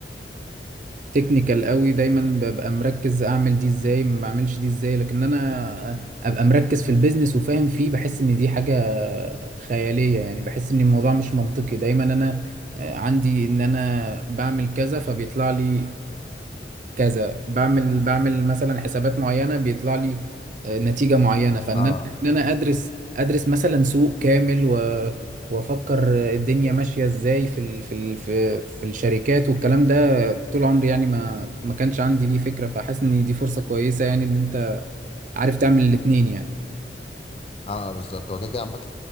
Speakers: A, on the right; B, on the left.
A: تكنيكال قوي دايما ببقى مركز اعمل دي ازاي ما اعملش دي ازاي لكن انا ابقى مركز في البيزنس وفاهم فيه بحس ان دي حاجة خيالية يعني بحس ان الموضوع مش منطقي دايما انا آه، عندي ان انا بعمل كذا فبيطلع لي كذا بعمل بعمل مثلا حسابات معينه بيطلع لي آه، نتيجه معينه فان
B: اه
A: انا ان انا ادرس ادرس مثلا سوق كامل و وافكر الدنيا ماشيه ازاي في ال... في ال... في في الشركات والكلام ده طول عمري يعني ما ما كانش عندي ليه فكره فحاسس ان دي فرصه كويسه يعني ان انت عارف تعمل الاتنين يعني
B: اه بالظبط هو كده كده عامة